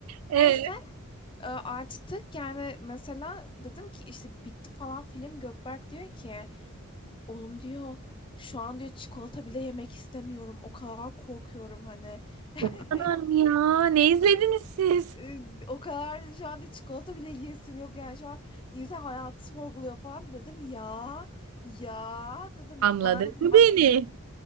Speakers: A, on the right (about 80°); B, on the left (about 20°).
A: Ee,
B: Neyse e, açtık yani mesela dedim ki işte bitti falan film Gökberk diyor ki Oğlum diyor şu an diyor çikolata bile yemek istemiyorum. O kadar korkuyorum hani. <laughs>
A: o kadar mı ya? Ne izlediniz siz?
B: Ee, O kadar şu an diyor, çikolata bile yiyesim yok yani şu an insan hayatı sorguluyor falan dedim ya ya dedim
A: Anladı
B: bana dedim
A: beni.